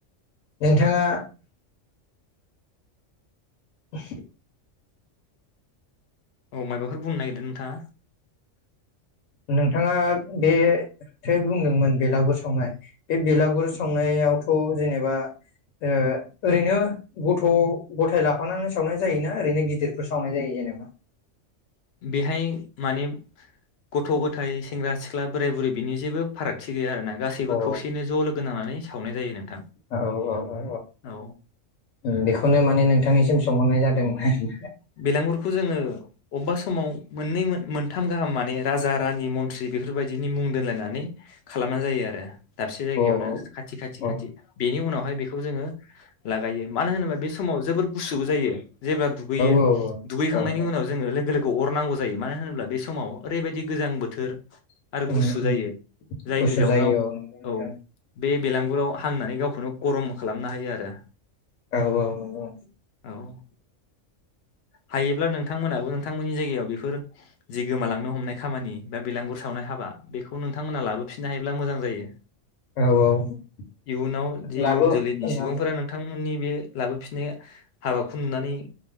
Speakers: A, on the left (about 80°); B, on the left (about 65°).
A: नोंथाङा <unintelligible>
B: औ मायबाफोर बुंनो नागिरदों नोंथाङा
A: नोंथाङा बे थ बुंदोंमोन बेलागुर सावनाय बे बेलागुर सावनायावथ जेनेबा ओ ओरैनो गथ' गथाय लाफानानै सावनाय जायोना ओरैनो गिदिरफोर सावनाय जायो जेनेबा
B: बेहाय माने गथ' गथाय सेंग्रा सिख्ला बोराय बुरै बिनि जेबो फारागथि गैया आरोना गासैबो
A: अ औ
B: खौसेयैनो ज'लोगो नांनानै सावनाय जायो नोंथां
A: औ औ औ
B: औ
A: उम बेखौनो माने नोंथांनिसिम सोंहरनाय जादोंमोन
B: औ बेलांगुरखौ जोङो अबेबा समाव मोननै मो-मोनथाम गाहाम माने राजा रानि मन्थ्रि बेफोरबायदिनि मुं दोनलायनानै खालामना जायो आरो दाबसे जायगायावनो
A: अ औ
B: खाथि खाथि
A: औ
B: खाथि बेनि उनावहाय बेखौ जोङो लागायो मानो होनोबा बे समाव जोबोर गुसु बो जायो जेब्ला दुगैयो
A: औ औ
B: दुगैखांनायनि
A: औ औ
B: उनाव जोङो लो खौ अरनांगौ जायो मानो होनोब्ला बे समाव ओरैबायदि गोजां बोथोर आरो
A: उम
B: गुसु
A: उम
B: जायो जायनि
A: गुसु
B: जाउनाव
A: जायो नंगौ नोंथां
B: औ बे बेलांगुराव हांनानै गावखौनो गरम खालामनो हायो आरो
A: औ औ नंगौ
B: औ हायोब्ला नोंथांमोनाबो नोंथांमोननि जायगायाव बेफोर जि गोमालांनो हमनाय खामानि बा बिलांगुर सावनाय हाबा बेखौ नोंथांमोना लाबोफिननो हायोब्ला मोजां जायो
A: औ औ
B: इयुनाव जि
A: लाबो
B: इयुन जोलैनि सुबुंफोरा
A: लाबो
B: नोंथांमोननि बे लाबोफिननाय हाबाखौ नुनानै